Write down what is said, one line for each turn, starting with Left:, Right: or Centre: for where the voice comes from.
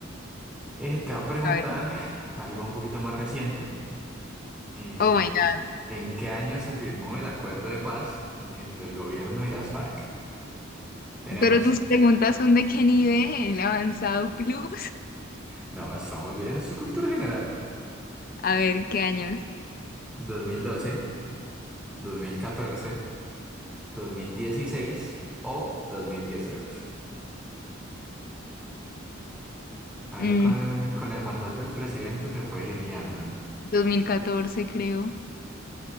Centre: Eh, te voy a preguntar
Left: A ver,
Centre: algo un poquito más reciente. Eh,
Left: oh my God.
Centre: ¿en qué año se firmó el acuerdo de paz entre el gobierno y las FARC? Tenemos
Left: Pero tus preguntas son de qué nivel, avanzado plus.
Centre: No, estamos bien. Eso es cultura general.
Left: A ver, ¿qué años?
Centre: Dos dos mil mil doce, dos mil catorce, dos mil dieciséis o 2018. Ahí
Left: Mm,
Centre: con el, con el mandato del presidente te puedes ir guiando.
Left: dos mil catorce creo.